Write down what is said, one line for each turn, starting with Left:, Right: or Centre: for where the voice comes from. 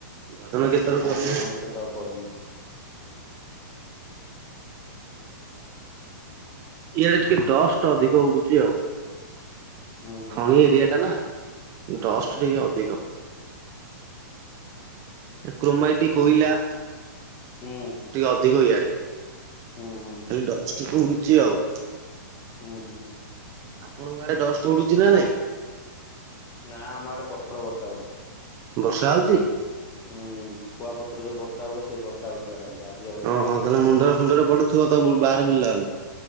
Right: ଭଜନ
Left: ଏବେ
Right: କୀର୍ତ୍ତନ
Left: ତ ଗାଁ
Right: କରି
Left: ନାହୁ ଏତେତ ଆଉ କରୁନୁ।
Right: ଇଆଡେ ଟିକେ ଡଷ୍ଟ ଅଧିକ ଉଡୁଛି ଆଉ।
Left: ହୁଁ
Right: ଖଣି ଏରିଆ ଟା ନା। ଡଷ୍ଟ ଟିକେ ଅଧିକ। କୃମାଇଟ, କୋଇଲା ଟିକେ
Left: ହୁଁ
Right: ଅଧିକ ଇଆଡେ।
Left: ହୁଁ ହୁଁ
Right: ଖାଲି ଡଷ୍ଟ୍ ଉଡୁଛି ଆଉ।
Left: ହୁଁ ହୁଁ।
Right: ଆପଣଙ୍କ ଆଡେ ଡଷ୍ଟ ଉଡୁଛି ନା ନାଇଁ?
Left: ନା ଆମ ଆଡେ ପଥର ବର୍ଷା ହଉଛି।
Right: ବର୍ଷା ହଉଚି?
Left: ହୁଁ କୁଆପଥର ଯୋଉ ବର୍ଷା ହୁଏ, ସେଇ ବର୍ଷା ହଉଥିଲା। କାଲି ଆଜି ଆଉ ହେଇନି।
Right: ହଁ ହଁ ତାହେଲେ ମୁଣ୍ଡରେ ଫୁଣ୍ଡରେ ପଡୁଥିବ ତ ବାହାରେ ବୁଲିଲା ବେଳୁ?